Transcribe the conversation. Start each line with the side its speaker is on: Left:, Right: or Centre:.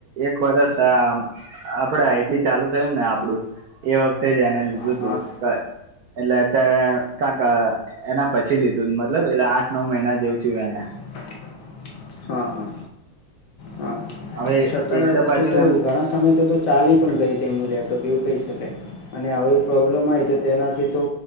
Right: એક વરષ-' આપડે આઈટી ચાલુ થયું ને, આપડું એ વખતે જ એને લીધું
Left: હા,
Right: તું
Left: હા.
Right: એટલે અત્યારે કાક એના પછી લીધું મતલબ એટલે આઠ નવ મહિના જેવું થયુ એને.
Left: હા હા હા.
Right: હવે
Left: છતાં
Right: એક પાછું
Left: તો તો
Right: એમ
Left: ઘણા સમય તો તો ચાલી પણ ગય ત એમનું લેપટોપ એવું કહી શકાય. અને આવી પ્રોબ્લેમ આવે તો તેનાથી તો